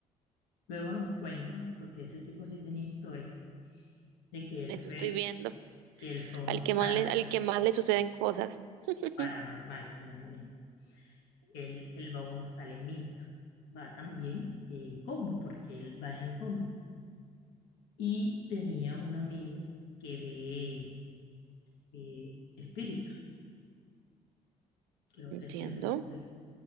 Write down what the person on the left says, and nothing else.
Luego nos cuenta, porque ese tipo sí tenía historias de que él
fue
que él fue a un
hostal
paranormal, es que no es lo mismo. Él, él va a un hostal en Minca, va también en combo, porque él va en combo. Y tenía un amigo que ve eh, espíritus, creo
que esa es la... ve-